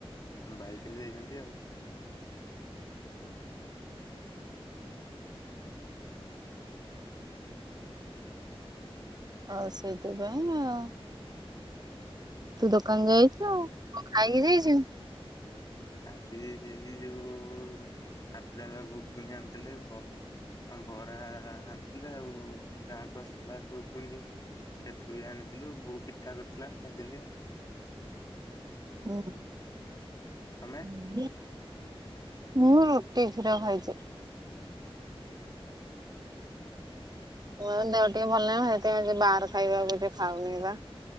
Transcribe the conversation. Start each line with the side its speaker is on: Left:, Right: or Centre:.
Left: ବାଇକ ରେ ଯାଇଚନ୍ତି ଆଉ।
Right: ଆଉ ସେଇଥିପାଇଁ ଆଉ। ତୁ ଦୋକାନ ଯାଇଚୁ କ ଖାଇକି ଯାଇଚୁ?
Left: ଆଜି ଯେ ଯେ ଯୋଉ ହାପି ଦାଦ ଘୁଗୁନି ଆଣିଥିଲେ ବ ବରା ଆଣିଥିଲେ ଆଉ ଗାଁକୁ ଆସିଥିଲା ଘୁଗୁନି। ସେଠୁ ବି ଆଣିଥିଲୁ ବୋଉ ପିଠା କରିଥିଲା ଖାଇଦେଲି ଆଉ।
Right: ଉଁ ହୁଁ।
Left: ତମେ
Right: ହୁଁ ଟିଭିର ଖାଇଚି। ମୋର ଦେହ ଟିକେ ଭଲ ନାହି ସେଇଥି ପାଇଁ ଆଜି ବାହାର ଖାଇବା କିଛି ଖାଉନି ପା।